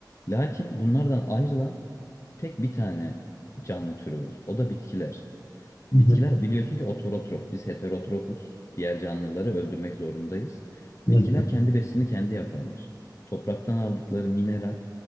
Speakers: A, on the left (about 40°); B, on the left (about 65°).
A: Lakin bunlardan ayrılan tek bir tane canlı türü var. O da bitkiler.
B: Hı hı.
A: Bitkiler biliyorsun ki ototrof. Biz heterotrofuz. Diğer canlıları öldürmek zorundayız.
B: Hı
A: Bitkiler
B: hı.
A: kendi besini kendi yaparlar. Topraktan aldıkları mineral,